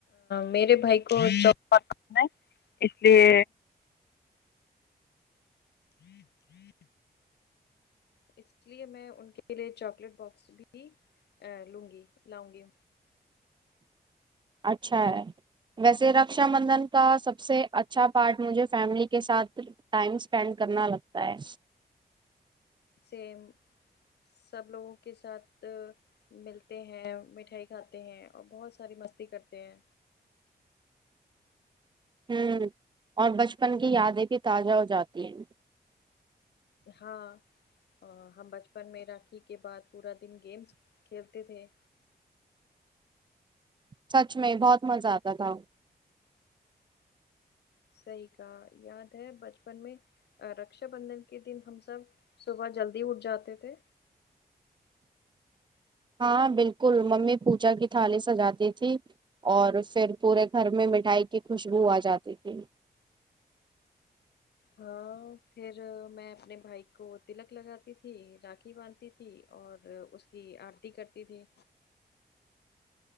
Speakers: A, on the left; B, on the right.
A: میرے بھائی کو جاب اس لیے ہوں ہوں اس لیے میں ان کے لیے چاکلیٹ باکس بھی لوں گی لاؤں گی
B: اچھا ہے ویسے رکشا بندھن کا سب سے اچھا پارٹ مجھے فیملی کے ساتھ ٹائم اسپینڈ کرنا لگتا ہے
A: سیم سب لوگوں کے ساتھ ملتے ہیں مٹھائی کھاتے ہیں اور بہت ساری مستی کرتے ہیں
B: ہوں اور بچپن کی یادیں بھی تازہ ہو جاتی ہیں
A: ہاں ہم بچپن میں راکھی کے بعد پورا دن گیمس کھیلتے تھے
B: سچ میں بہت مزہ آتا تھا
A: صحیح کاا یاد ہے بچپن میں رکشا بندھن کے دن ہم سب صبح جلدی اٹھ جاتے تھے
B: ہاں بالکل ممی پوجا کی تھالی سجاتی تھی اور پھر پورے گھر میں مٹھائی کی خوشبو آ جاتی تھی
A: ہاں پھر میں اپنے بھائی کو تلک لگاتی تھی راکاکھی باندھتی تھی اور اس آرتی کرتی تھی